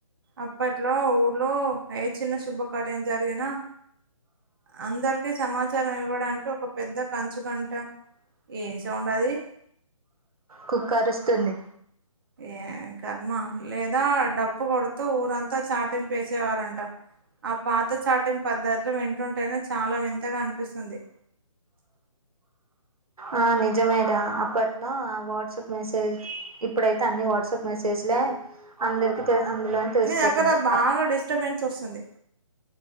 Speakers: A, on the right; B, on the right.
A: అప్పట్లో ఊర్లో ఏ చిన్న శుభకార్యం జరిగినా అందరికీ సమాచారం ఇవ్వడానికి ఒక పెద్ద కంచుగంట ఏం సౌండది
B: కుక్కరుస్తుంది
A: ఏ కర్మ లేదా డప్పు కొడుతూ ఊరంతా చాటింపేసేవారంట ఆ పాత చాటిం పద్ధతులు వింటుంటేనే చాలా వింతగా అనిపిస్తుంది
B: ఆ నిజమే రా అప్పట్లో ఆ వాట్సాప్ మెసేజ్ ఇప్పుడైతే అన్ని వాట్సాప్ మెసేజ్ లే అందరికి తె అందులోనే తెలిసిపోతుంది
A: నీ దగ్గర బాగా
B: ఆ
A: డిస్టర్బెన్స్ వస్తుంది